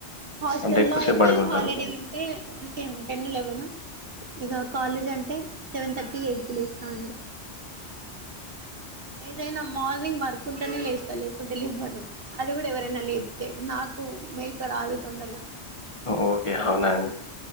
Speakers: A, on the right; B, on the left.
A: హాస్టల్లో
B: అంత ఎక్కువ
A: అయితే
B: సేపు పడుకుంటారు.
A: హాలిడే అంటే సేమ్ టెన్ లేవన్ ఇక కాలేజ్ అంటే సెవెన్ థర్టీ ఎయిట్ కి వె లేస్తా అండి ఏదైనా మార్నింగ్ వర్క్ ఉంటేనే లేస్తా లేకుంటే లేవ్వను అది కూడా ఎవరైనా లేపితే నాకు మేలుక రాదు తొందరగా
B: ఓకే అవునండి